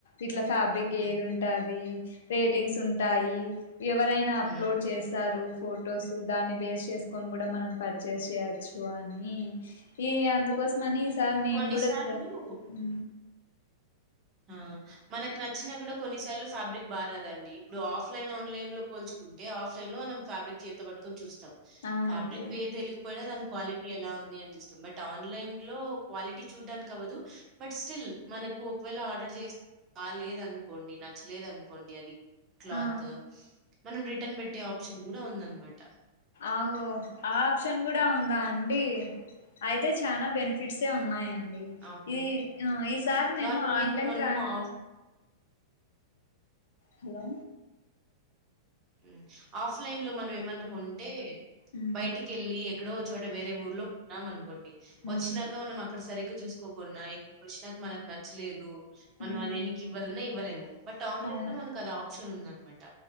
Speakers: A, on the left; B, on the right.
A: ఇట్లా ఫాబ్రిక్
B: హ్మ్.
A: ఏది ఉంటది రేటింగ్స్ ఉంటాయి ఎవరైనా అప్లోడ్
B: హ్మ్.
A: చేస్తారు ఫొటోస్ దాన్ని బేస్ చేసుకొని కూడా మనం పర్చేస్ చేయచ్చు అని ఈ అందుకోసమని సార్ నేను
B: కొన్ని
A: కూడా
B: సార్లు
A: ట్రై హు
B: ఆ మనకు నచ్చినా కూడా కొన్నిసార్లు ఫ్యాబ్రిక్ బా రాదండి ఇప్పుడు ఆఫ్లైన్ ఆన్లైన్ లో పోల్చు ఉంటే ఆ్లైన్ లో మనం ఫ్యాబ్రిక్ చేప్ పట్కొని చూస్
A: అవునండి
B: ఫ్యాబ్రిక్ పేరు తెలియకపోయినా దానిక క్వాలిటీ ఎలా ఉంది అని చూస్తాం బట్ ఆన్లైన్ లో క్వాలిటీ చూడ్డానికి కవదు బట్ స్టిల్ మనకు ఒ కవేళ ఆర్డర్ చేస్తే బాలేదనుకోండి నచ్చలేదనుకోండి అది క్లాత్
A: ఆ
B: మనం రిటర్న్ పెట్టే ఆప్షన్ కూడా ఉందన్నమాట
A: ఆహో ఆ ఆప్షన్ గూడా ఉందా అండి అయితే చానా బెనిఫిట్సే ఉన్నాయం డి
B: అవును.
A: ఈ ఆ ఈ సారి నేను
B: నార్మల్‌గా
A: ఆన్లైన్
B: ఇప్పుడు మనము
A: ట్రాన్
B: ఆఫ్
A: హలో
B: హ్మ్ ఆఫ్లైన్ లో మనం ఏమన్న కొంటే
A: ఉమ్
B: బయటికెళ్ళి ఎ ఎక్కడో ఓ చోట వేరే ఊర్లో ఉన్నామన్ కోండి
A: ఉమ్
B: వచ్చినాక మనం అక్కడ సరి గ చూసుకోకున్న ఇక్కడికి వచ్చినాక మనకు నచ్చలేదు
A: ఉమ్
B: మనం అది ఎనక్కివ్వాలన్న ఇవ్ వ్వలేము బట్ ఆన్లేను
A: అవును
B: మన కదా ఆ ప్ ప్షన్ ఉందన్నమాట